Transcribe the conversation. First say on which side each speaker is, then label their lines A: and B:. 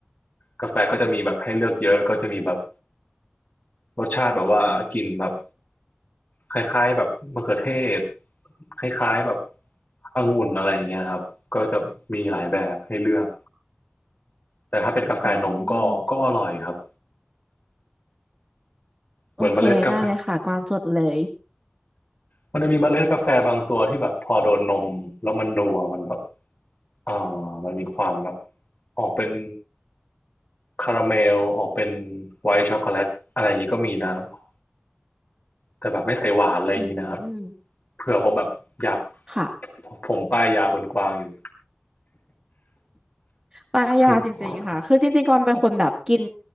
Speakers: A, on the left; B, on the right.
A: กาแฟก็จะมีแบบให้เลือกเยอะก็จะมีแบบรสชาติแบบว่ากลินแบบคล้ายๆแบบมะเขือเทศคล้ายๆแบบองุ่นอะไรอย่างเงี้ยครับก็จะมีหลายแบบให้เลือกแต่ถ้าเป็นกาแฟนมก็ก็อร่อยครับ
B: อืม
A: เหมือนเมล็ดกาแฟ
B: โอเคได้เลยค่ะกวางจดเลย
A: มันจะมีเมล็ดกาแฟบางตัวที่แบบพอโดนนมแล้วมันนัวมันแบบอ่ามันมีความแบบออกเป็นคาราเมลออกเป็นไวท์ช็อกโกแลตอะไรอย่างนี้ก็มีนะครับแต่แบบไม่ใส่หวานอะไรอย่างนี้นะครับ
B: อืม
A: เผื่อว่าแบบอยาก
B: ค่ะ
A: ผมป้ายยาคนกวางอยู่
B: ปลายาจริงๆค่ะคือจริงๆก่อนเป็นคนแบบกิน
A: <laughs>